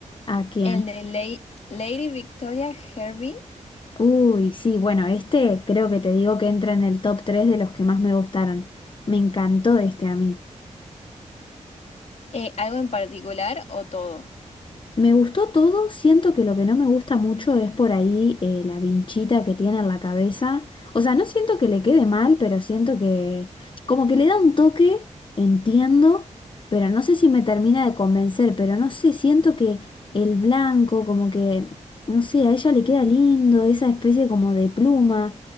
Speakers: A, on the left; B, on the left.
A: ¿A quién?
B: El de Lady, Lady Victoria Herbie.
A: Uy, sí, bueno, este creo que te digo que entra en el top 3 de los que más me gustaron. Me encantó este a mí.
B: Eh, ¿algo en particular o todo?
A: Me gustó todo, siento que lo que no me gusta mucho es por ahí eh, la vinchita que tiene en la cabeza. O sea, no siento que le quede mal, pero siento que como que le da un toque, entiendo, pero no sé si me termina de convencer, pero no sé, siento que el blanco como que, no sé, a ella le queda lindo, esa especie como de pluma.